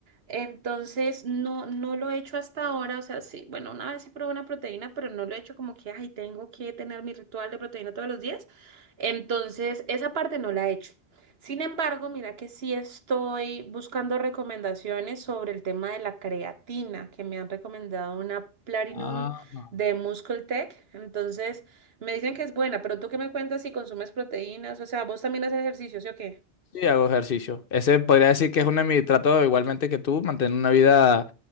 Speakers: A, on the right (about 65°); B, on the left (about 60°).
A: entonces no, no lo he hecho hasta ahora, o sea, sí, bueno, una vez sí probé una proteína, pero no lo he hecho como que, ay, tengo que tener mi ritual de proteína todos los días, entonces esa parte no la he hecho. Sin embargo, mira que sí estoy buscando recomendaciones sobre el tema de la creatina, que me han recomendado una Platinum
B: Ajá.
A: de Muscle Tech, entonces... Me dicen que es buena, pero tú qué me cuentas si consumes proteínas, o sea, vos también haces ejercicio, ¿sí o qué?
B: Sí, hago ejercicio. Ese podría decir que es uno de mis tratos, igualmente que tú, mantener una vida